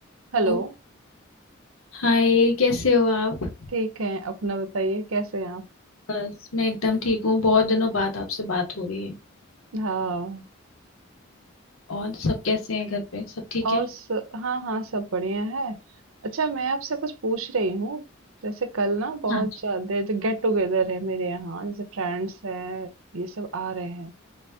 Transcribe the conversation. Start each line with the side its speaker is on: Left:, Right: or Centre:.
Left: Hello.
Right: Hello
Left: Hi कैसे हो आप
Right: ठीक है अपना बताइए कैसे हैं आप
Left: बस मैं एकदम ठीक हूँ बहुत दिनों बाद आपसे बात हो रही है
Right: हाँ
Left: और सब कैसे हैं घर पे सब ठीक
Right: और
Left: है
Right: स, हाँ हाँ सब बढ़िया है अच्छा मैं आपसे कुछ पूछ रही हूँ जैसे कल ना बहुत
Left: हाँ जी
Right: ज्यादा जो गेट टुगेदर है मेरे यहाँ जैसे फ्रेंड्स हैं ये सब आ रहे हैं